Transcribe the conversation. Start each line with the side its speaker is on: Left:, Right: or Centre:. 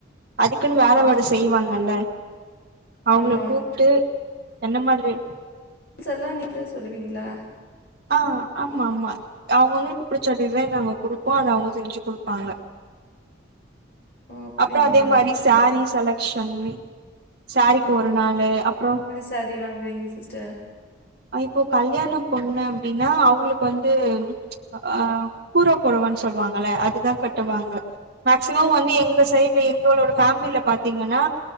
Right: அதுக்குன்னு வேல
Left: ஓ அப்படிங்களா
Right: மாடு செய்வாங்கல்ல அவங்கள
Left: ஆமா
Right: கூப்ட்டு என்ன மாரி
Left: செல்லா நீக்கு சொல்லுவீங்களா
Right: ஆ ஆமா ஆமா அவங்கவுங்களுக்கு புடிச்ச டிசைன் நாங்க குடுப்போ அத அவங்க செஞ்சு குடுப்பாங்க
Left: ஓ அப்டிங்களா?
Right: அப்ப அது மாரி சேரீ செலக்க்ஷன் சேரீக்கு ஒரு நாளு அப்புற
Left: சரி வாங்குறீங்க சிஸ்டர்
Right: இப்போ கல்யாண பொண்ணு அப்டின்னா அவங்களுக்கு வந்து அ கூர பொடவன்னு சொல்லுவாங்கல்ல அதுதா கட்டுவாங்க மேக்சிம வந்து எங்க சைட்ல எங்களோட ஃபேமிலில பாத்தீங்கன்னா